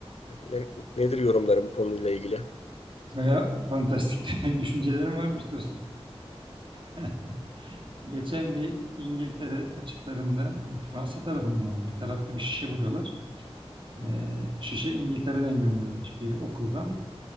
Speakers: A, on the left (about 75°); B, on the right (about 50°).
A: ne- nedir yorumların bu konuyla ilgili?
B: Baya fantastik <laughs> düşüncelerim varmış dostum. <laughs> Geçen bir İngiltere açıklarında Fransa tarafından oldu. bir tarafta bir şişe buluyorlar. Ee, şişe İngiltere'den gönderilmiş bir okuldan.